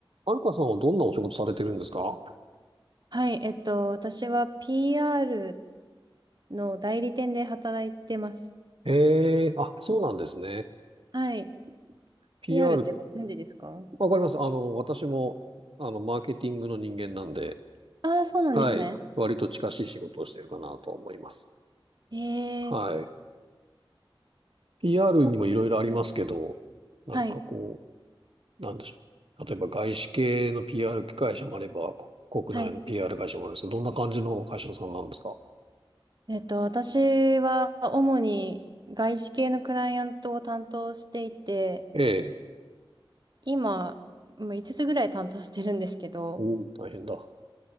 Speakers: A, on the right (about 75°); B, on the right (about 50°).
A: はるかさんはどんなお仕事されてるんですか
B: はい、えっと、私は PR の代理店で働いてます。
A: ええーあ、そうなんですね。
B: はい。
A: PR、
B: PR ってご存知ですか
A: わかります。あの、私も、あの、マーケティングの人間なんで、
B: ああー、そうなんですね。
A: はい。割と近しい仕事をしてるかなと思います。
B: えー
A: はい。PR
B: と、
A: にもいろいろありますけど、
B: はい、
A: なんかこ
B: はい、
A: う、なんでしょう。例えば外資系の PR 会社もあれば、こ国内の
B: はい。
A: PR 会社もあるんですけど、どんな感じの会社さんなんですか
B: えっと、私は主に外資系のクライアントを担当していて、
A: ええ。
B: 今、もう5つつぐらい担当してるんですけど、
A: おー大変だ。